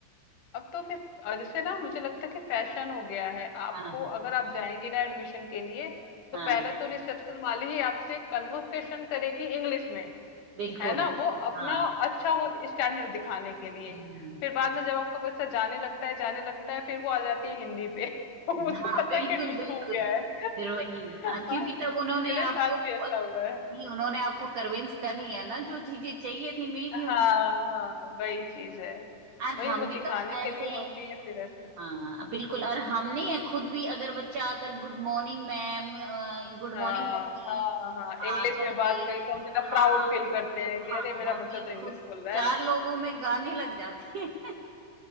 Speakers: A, on the left; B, on the right.
A: अब तो फिर अ, जैसे ना मुझे लगता है कि फैशन हो गया है आपको
B: हाँ
A: अगर आप जाएंगे ना एडमिशन के लिए तो
B: हाँ
A: पहले तो रिसेप्शन वाली ही आपसे कन्वर्सेशन करेगी इंग्लिश में
B: बिल्कुल
A: है ना वो अपना
B: हाँ
A: अच्छा वो स्टैंडर्ड दिखाने के लिए
B: हम्म,
A: फिर बाद में जब आपका बच्चा जाने लगता है जाने लगता है फिर वो आ जाती है हिंदी पे <laughs> उसको
B: हाँ
A: पता
B: बिल्कुल
A: है कि एडमिशन
B: बिल्कुल
A: हो गया है
B: फिर वही हाँ, क्योंकि
A: हाँ
B: तब उन्होंने
A: मेरे
B: आपको
A: साथ भी ऐसा
B: प-
A: हुआ है
B: नहीं उन्होंने आपको कन्विंस कर लिया ना जो चीजें चाहिए थी मिल गई उनको
A: हाँ हाँ वही चीज है
B: और
A: वही
B: हम
A: वो
B: भी
A: दिखाने
B: तो
A: के
B: ऐसे
A: लिए
B: हैं
A: होती है फिर ऐसे
B: हाँ बिल्कुल
A: हम्म
B: और हमने खुद भी अगर बच्चा आकर good morning ma'am good
A: हाँ,
B: morning mummy
A: हाँ, हाँ,
B: हाँ
A: इंग्लिश
B: कर
A: में बात
B: दे
A: करें तो हम कितना
B: हाँ
A: प्राउड फील करते हैं कि
B: हाँ
A: अरे मेरा
B: हम
A: बच्चा
B: भी
A: तो इंग्लिश
B: खुश
A: बोल रहा
B: चार लोगों में गाने लग जाते हैं